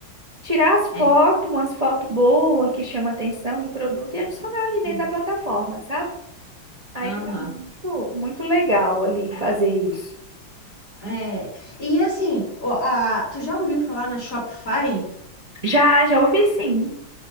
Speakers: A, on the right; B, on the left.
A: tirar as fotos,
B: é,
A: umas fotos boas que chamam a atenção do produto e adicionar ali dentro
B: sim,
A: da plataforma, sabe? Aí
B: aham.
A: fica muito, muito legal ali fazer isso.
B: É, e assim, ó, a, tu já ouviu falar na Shopify?
A: Já, já ouvi sim.